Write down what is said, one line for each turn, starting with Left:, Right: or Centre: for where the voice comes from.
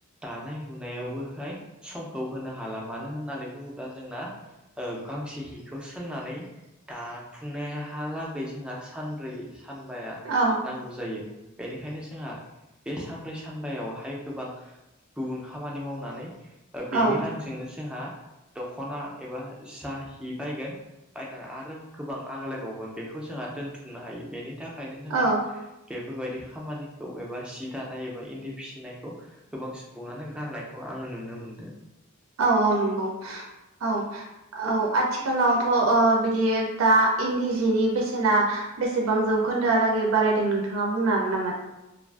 Centre: दानाय लुनायावबो हाय समखौ होनो हाला मानो होननानै बुंङोब्ला जोंना ओ थिक हिखौ सोंनानै दाफुंनायहालागै जोंहा सानब्रै सानबाया
Right: औ
Centre: नांगौ जायो बेनिखायनो जोंहा बे सानब्रै सानबायावहाय गोबां गुबुन खामानि मावनानै ओ बेनि
Right: औ
Centre: रांजोंनो जोंहा दखना एबा जा हि बायगोन बायनानै आरो गोबां आंग्लायबावगोन बे खौ जोंहा दोनथुमनो हायो बेनि थाखायनो जोंहा
Right: औ
Centre: बेफोरबायदि खामानिखौ एबा सि दानाय एबा इन्दि फिसिनायखौ गोबां सुबुंङानो गारनायखौ आङो नुनो मोनदो।
Right: औ औ नंगौ औ । आथिखालावथ' ओ बिदि दा इन्दि जिनि बेसेना बेसेबां जौखोन्दोआलागै बारायदों नोंथाङा बुंनो हागोन नामा